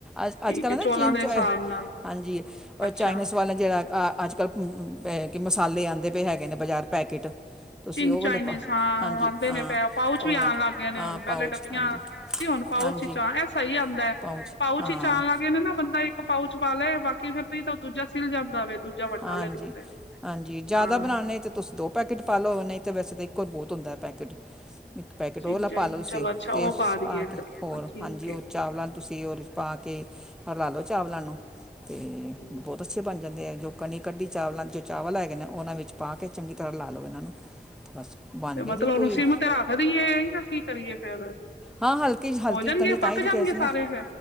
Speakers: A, in the centre; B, on the left.
A: ਅੱਜ,
B: ਠੀਕ
A: ਅੱਜ-ਕੱਲ੍ਹ ਹੈ
B: ਚੋਲਾਂ
A: ਨਾ ਚੀਨ
B: ਦੇ ਹਿਸਾਬ
A: ਚੈ
B: ਨਾਲ
A: ਹਾਂਜੀ ਉਹ
B: ਅੱਛਾ
A: ਚਾਈਨਜ਼ ਵਾਲਾ ਜਿਹੜਾ ਅੱਜ-ਕੱਲ੍ਹ ਕਿ ਮਸਾਲੇ ਆਉਂਦੇ ਪਏ ਹੈਗੇ ਨੇ ਬਜ਼ਾਰ ਪੈਕੇਟ ਤੁਸੀਂ
B: ਚਿੰਗ
A: ਉਹ
B: ਚਾਈਨੀਸਾਂ
A: ਵਾਲੇ ਪਾ ਹਾਂਜੀ
B: ਉਹ ਆਂਦੇ
A: ਹਾਂ
B: ਨੇ ਪਏ ਪਾਊਚ
A: ਉਹ
B: ਵੀ
A: ਲਾ
B: ਆਉਣ ਲੱਗ ਗਏ ਨੇ
A: ਹਾਂ
B: ਹੁਣ ਪਹਿਲੇ
A: ਪਾਊਚ
B: ਡੱਬੀਆਂ
A: ਹਾਂਜੀ
B: ਸੀ ਹੁਣ ਪਾਓਚ
A: ਹਾਂਜੀ
B: ਚ' ਇਹ ਸਹੀ ਆਦਾ ਐ,
A: ਪਾਊਚ
B: ਪਾਉਚ
A: ਹਾਂ
B: 'ਚ ਆਣ ਲੱਗ ਗੇ ਨੇ ਨਾ ਬੰਦਾ ਇੱਕ ਪਾਊਚ ਪਾ ਲੈ ਬਾਕੀ ਫਿਰ ਤੁਸੀ ਤਾਂ ਦੂਜਾ ਸਿਲ ਜਾਂਦਾ ਵੇ ਦੂਜਾ ਵੱਡਾ
A: ਹਾਂਜੀ-
B: ਲੈ ਲਓ ਤੇ
A: ਹਾਂਜੀ ਜਿਆਦਾ
B: ਹਾਂ
A: ਬਣਾਉਣੇ 'ਤੇ ਤੁਸੀਂ ਦੋ ਪੈਕੇਟ ਪਾ ਲੋ ਨਹੀਂ ਤਾਂ ਵੈਸੇ ਤਾਂ ਇੱਕੋ ਹੀ ਬਹੁਤ ਹੁੰਦਾ ਪੈਕੇਟ ਇੱਕ ਪੈਕੇਟ
B: ਚਿੰਗ
A: ਉਹਲਾ
B: ਚਾਈਨੀਜ਼
A: ਪਾ ਲਓ ਤੁਸੀਂ
B: ਚਲੋ ਅੱਛਾ
A: 'ਤੇ
B: ਉਹ ਦੇਈਏ
A: ਪਾ
B: ਇੱਕ
A: ਕੇ
B: ਹਾਂ
A: ਹੋਰ
B: ਠੀਕ
A: ਹਾਂਜੀ
B: ਹੈ
A: ਉਹ ਚਾਵਲਾਂ ਤੁਸੀਂ ਹੋਰ ਪਾ ਕੇ ਰਲਾ ਲਓ ਚਾਵਲਾਂ ਨੂੰ ਅਤੇ
B: ਠੀਕ
A: ਬਹੁਤ ਅੱਛੇ ਬਣ ਜਾਂਦੇ ਆ ਜੋ ਕਨੀ ਕੱਢੀ ਚਾਵਲਾਂ ਜੋ ਚਾਵਲ ਹੈਗੇ ਨੇ ਉਹਨਾਂ ਵਿੱਚ ਪਾ ਕੇ ਚੰਗੀ ਤਰ੍ਹਾਂ ਲਾ ਲਉ ਇਹਨਾਂ ਨੂੰ ਬਸ। ਬਣ
B: 'ਤੇ
A: ਗਏ
B: ਮਤਲਬ
A: ਜੇ
B: ਉਹਨੂੰ
A: ਕੋਈ
B: ਸਿਮ 'ਤੇ ਰੱਖ ਦੀਈਏ ਜਾਂ ਕੀ ਕਰੀਏ ਫੇਰ
A: ਹਾਂ, ਹਲਕੀ 'ਚ ਹਲਕੀ
B: ਹੋ ਜਾਣਗੇ
A: ਚ ਕੀ ਤਾਂਹੀ
B: ਪੱਕ
A: ਤੇ
B: ਜਾਣਗੇ
A: ਕਿਹਾ ਸੀ ਨਾ
B: ਸਾਰੇ
A: ਮੈਂ
B: ਫੇਰ